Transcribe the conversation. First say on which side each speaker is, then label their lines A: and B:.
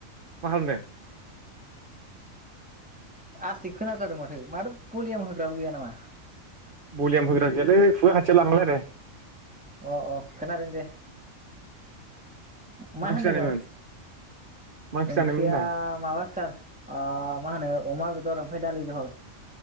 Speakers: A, on the right; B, in the centre.
A: मा खालामदों?
B: आस्थिक खोनाथारदों माथो माथो भलियाम होग्राबो गैया नामा?
A: बलियाम होग्रा गैयालै खुगा खाथियाव लानानै रायलाय।
B: अ अ खोनादों दे। मा
A: ओंख्रि
B: होनदोंमोन
A: जानायमोन मा ओंख्रि
B: ओंख्रिया
A: जानायमोन होनदां
B: माबा सार ओ माहोनो अमा बेदर फाय दालिजहल।